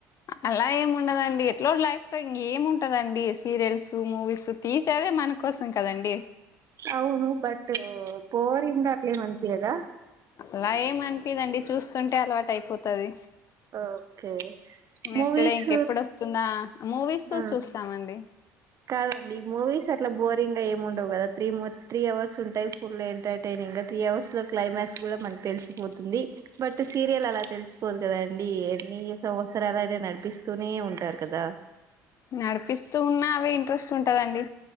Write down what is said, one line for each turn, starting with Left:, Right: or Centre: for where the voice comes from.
Left: అలా ఏమ్ ఉండదండి. ఎట్లా లైఫ్ ఇంగ్ ఏముంటదండి సీరియల్స్ మూవీస్ తీసేదే మనక్ కోసం కదండి
Right: అవును బట్ బోరింగ్ అట్లా ఏమ్ అన్పియదా
Left: అలా ఏం అన్పియదండీ చూస్తుంటే అల్వాట్ అయిపోతది.
Right: ఓకే
Left: నెక్స్ట్
Right: మూవీస్
Left: డే ఇంక ఎప్పుడ్ ఒస్తుందా మూవీస్సు
Right: ఆ
Left: చూస్తామండి
Right: కాదండి మూవీస్ అట్లా బోరింగ్ గా ఏమ్ ఉండవ్. కదా త్రీ మ త్రీ అవర్స్ ఉంటాయి. ఫుల్ ఎంటర్టైనింగ్ త్రీ అవర్స్ లో క్లైమాక్స్ కూడా మన్కి తెల్సిపోతుంది. బట్ సీరియల్ అలా తెల్సిపోదు కదా అండి. అని సంవత్సరాలయినా నడిపిస్తూనే ఉంటారు కదా
Left: నడిపిస్తూ ఉన్నా అవే ఇంట్రెస్ట్ ఉంటదండి